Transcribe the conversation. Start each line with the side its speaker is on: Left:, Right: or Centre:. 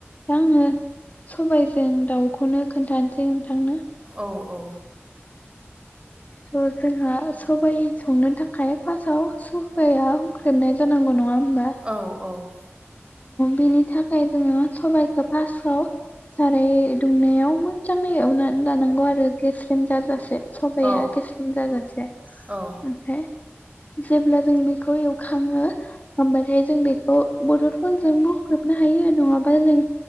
Left: दा आङो सबायजों दाउखौनो खोन्थानोसै नोंथांनो
Right: औ औ
Left: थ जोंहा सबाइ संनो थाखाय फार्स्टआव सबाइयाव हुख्रेमनाय जानांगौ नङा होमबा
Right: औ औ
Left: बिनि थाखाय जोङो सबाइखौ फार्स्टआव साराय दुंनायाव मोजाङै एवनानै लानांगौ आरो गेस्रेम जाजासे सबाया
Right: औ
Left: गेस्रोम जाजासे
Right: औ
Left: ओमफ्राय जेब्ला जों बेखौ एवखाङो होमबाथाय जों बेखौ बथलखौ जोंबो होख्रेबनो हायो नङाबा जों